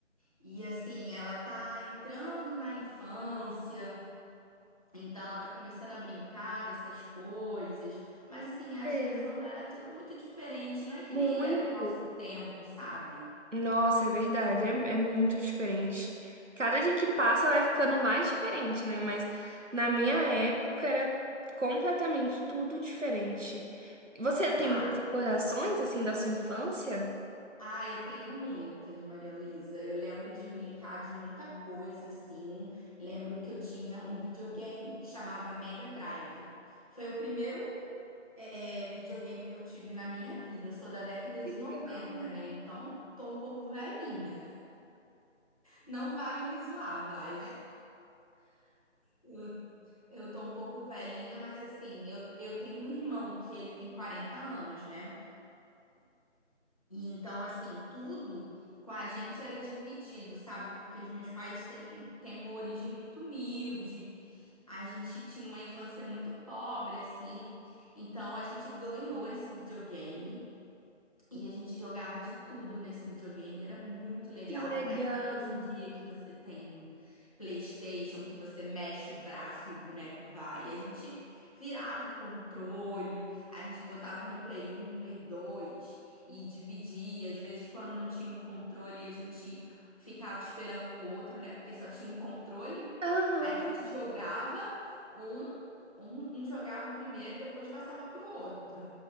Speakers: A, on the left; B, on the right.
A: e assim, ela tá entrando na infância. Então ela tá começando a brincar dessas coisas, mas assim, a
B: Sei.
A: geração dela é tudo muito diferente, não é que
B: Muito.
A: nem era no nosso tempo, sabe?
B: Nossa, é verdade, é, é muito diferente. Cada dia que passa vai ficando mais diferente, né? Mas na minha época era completamente tudo diferente. Você tem
A: Ah,
B: muitas recordações, assim, da sua infância?
A: ah, eu tenho muitas, Maria Luísa. Eu lembro de brincar de muita coisa, assim. Lembro que eu tinha um videogame que chamava Mega Drive. Foi o primeiro, eh, videogame que eu tive na minha vida. Eu sou da década de
B: Legal,
A: 90, né? Então, tô um pouco velhinha. Não vale me zoar, vai. <laughs> Eu tô um pouco velhinha, mas assim, eu, eu tenho um irmão que ele tem 40 anos, né? E então, assim, tudo com a gente era dividido, sabe? Porque os meus pais têm, um, têm uma origem muito humilde, a gente tinha uma infância muito pobre, assim. Então, a gente ganhou esse videogame. E a gente jogava de tudo nesse videogame, era muito legal.
B: que legal.
A: Não é que nem hoje em dia que você tem PlayStation, que você mexe o braço e o boneco vai. A gente virava o controle, a gente botava no Play um Play 2 e dividia. Às vezes, quando não tinha um controle, a gente ficava esperando o outro, né? Porque só tinha um controle.
B: Aham.
A: Aí a gente jogava um, um, um jogava primeiro e depois passava pro outro.